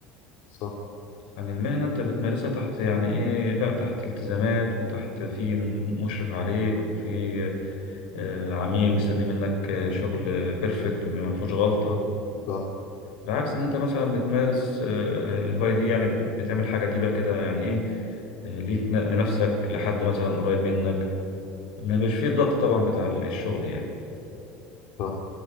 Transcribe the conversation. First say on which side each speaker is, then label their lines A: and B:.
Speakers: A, on the left; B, on the left.
A: صح
B: عن المهنة أنت بتمارسها تحت يعني إيه لا تحت التزامات وتحت في م- مشرف عليك وفي آه، عميل مستني منك آه، شغل بيرفكت ما فيهوش غلطة
A: صح
B: بعكس ان انت مثلا بتمارس آه، الهواية دي يعني بتعمل حاجة دي بقى كده يعني ايه آه، ليك ن- لنفسك لحد مثلا قريب منك ما بيش فيه الضغط طبعا بتاع الشغل يعني
A: صح